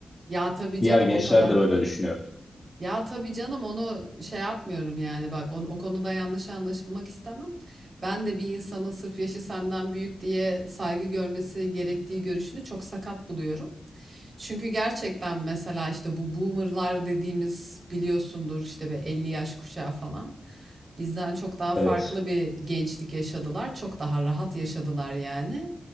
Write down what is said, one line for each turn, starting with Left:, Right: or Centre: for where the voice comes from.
Right: Ya, tabii canım
Left: Diğer gençler
Right: o kadar.
Left: de böyle düşünüyor.
Right: Ya, tabii canım onu şey yapmıyorum yani bak on o konuda yanlış anlaşılmak istemem. Ben de bir insanın sırf yaşı senden büyük diye saygı görmesi gerektiği görüşünü çok sakat buluyorum. Çünkü gerçekten mesela işte bu boomerlar dediğimiz biliyorsundur işte be 50 yaş kuşağı falan. Bizden çok daha
Left: Evet.
Right: farklı bir gençlik yaşadılar. Çok daha rahat yaşadılar yani.